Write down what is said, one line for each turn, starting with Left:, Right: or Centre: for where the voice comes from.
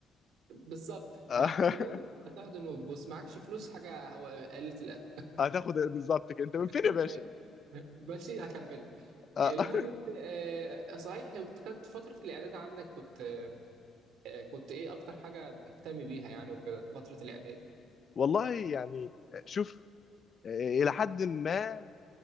Right: بالظبط
Left: <laughs>
Right: معاك فلوس هتحضن وتبوس معكش فلوس حاجه هو قلة الادب
Left: هتاخد بالظبط كده انت من فين
Right: <laughs>
Left: يا باشا
Right: ماشي هكملك
Left: آه.
Right: آه، المهم
Left: <laughs>
Right: آه، صحيح كانت فترة الإعداد عندك كنت آه، كنت إيه أكتر حاجة مهتم بيها يعني وكده فترة الإعداد
Left: والله يعني شوف آه، الى حد ما